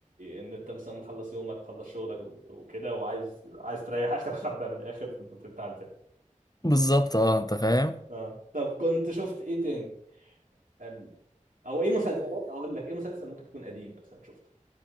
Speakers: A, on the right (about 90°); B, on the left (about 30°).
A: ان انت مثلا مخلص يومك مخلص شغلك وكده وعايز عايز تريح اخر <laughs> حبه من الاخر فانت بتفتح الفيلم
B: بالظبط اه انت فاهم
A: اه طب كنت شفت ايه تاني أم- او ايه مسلسلات اقول لك ايه مسلسل ممكن تكون قديم مثلا شفته